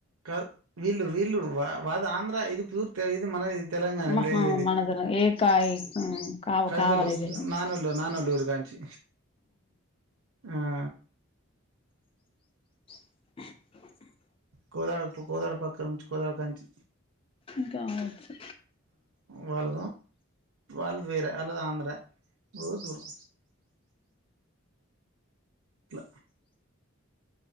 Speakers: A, on the right; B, on the left.
A: కద్ వీళ్ళు వీళ్ళు వా వాద ఆంధ్ర ఇది పూర్తి ఇది మన ఇది తెలంగాణ
B: మహా
A: వీళ్ళది
B: మనదుర ఏ కాయ కావ
A: కవితలు
B: కావాలి ఇది
A: నానోళ్ళు నానోళ్లురు కాంచి ఆ అ
B: <inaudible>
A: కోదారి కోదారి పక్క నుంచి కోదారికాంచి
B: ఇంక అవచ్చు
A: వాళ్ళ వాళ్ళది వేరే అలది ఆంధ్ర ఓ దూరం ట్ల